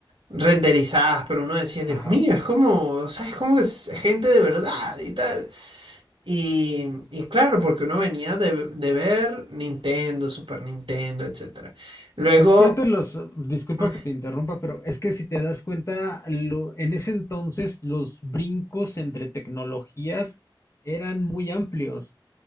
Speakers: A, on the right; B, on the left.
A: renderizadas, pero uno decía, Dios
B: Ajá.
A: mío, es como, o sea, es como que es gente de verdad y tal. Y, y claro, porque uno venía de, de ver Nintendo, Super Nintendo, etcétera. Luego...
B: Es que antes los, disculpa
A: mm,
B: que te interrumpa, pero es que si te das cuenta, lo, en ese entonces los brincos entre tecnologías eran muy amplios.